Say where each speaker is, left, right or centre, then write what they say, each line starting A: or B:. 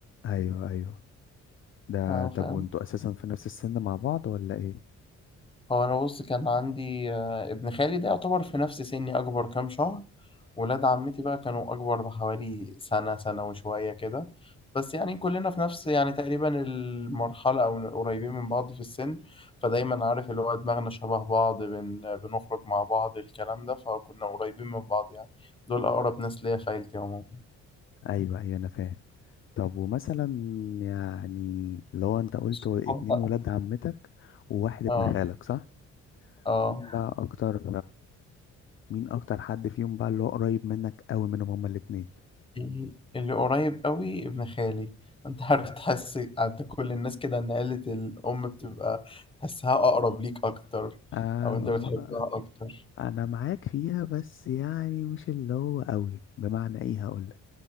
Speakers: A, on the left; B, on the left.
A: ايوه ايوه ده
B: اه
A: طب
B: فاهم
A: وانتوا اساسا في نفس السن مع بعض ولا ايه
B: هو أنا بص كان عندي آه، ابن خالي ده يعتبر في نفس سني أكبر كام شهر ولاد عمتي بقى كانوا أكبر بحوالي سنة سنة وشوية كده بس يعني كلنا في نفس يعني تقريبا المرحلة أو قريبين من بعض في السن فدايما عارف اللي هو دماغنا شبه بعض بن... بنخرج مع بعض الكلام ده فكنا قريبين من بعض يعني دول أقرب ناس ليا في عيلتي عموما
A: ايوه ايوه انا فاهم طب ومثلا يعني لو انت قلت
B: الصحاب
A: اتنين
B: بقى
A: ولاد عمتك وواحد ابن
B: اه
A: خالك صح
B: اه
A: مين بقى اكتر مين اكتر حد فيهم بقى اللي هو قريب منك قوي منهم هما الاتنين
B: في اللي قريب قوي ابن خالي انت عارف تحس عند كل الناس كده ان عيلة الأم بتبقى تحسها أقرب ليك أكتر
A: آه
B: أو أنت بتحبها أكتر
A: انا معاك فيها بس يعني مش اللي هو قوي بمعنى ايه هقولك